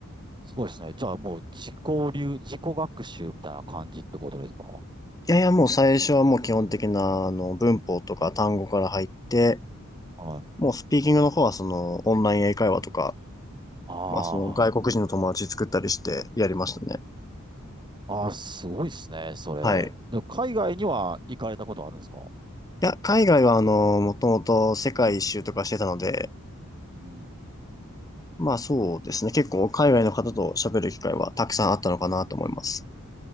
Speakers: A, on the right (about 20°); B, on the left (about 15°).
A: すごいですね。じゃあもう自己流、自己学習みたいな感じってことですかは
B: いやいや、もう最初はもう基本的な、あの、文法とか単語から入って、
A: い。
B: もうスピーキングの方はその、オンライン英会話とか、
A: あ
B: まあその、外国人の友達作ったりしてやりましたね。
A: あ。ああ、すごいですね、それ。
B: はい。い
A: でも海外には行かれたことあるんですか
B: や、海外はあの、もともと世界一周とかしてたので、
A: うん、
B: まあそうですね。結構海外の方と喋る機会はたくさんあったのかなと思います。